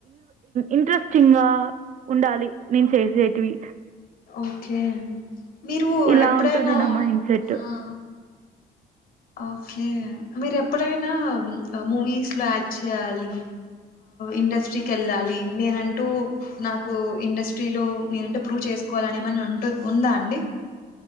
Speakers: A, on the right (about 45°); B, on the left (about 60°).
A: ఇంట్రెస్టింగ్ గా ఉండాలి నేను చేసేటివి
B: ఓకే మీరు
A: ఇలా
B: ఎప్పుడైనా
A: ఉంటుంది నా మైండ్‌సెట్.
B: ఆ ఓకే మీరు ఎప్పుడైనా మూవీస్ లో యాక్ట్ చేయాలి ఇండస్ట్రీకి వెళ్ళాలి నేనంటూ నాకు ఇండస్ట్రీలో నేనంటే ప్రూవ్ చేసుకోవాలని ఏమన్నా ఉంటు ఉందా అండి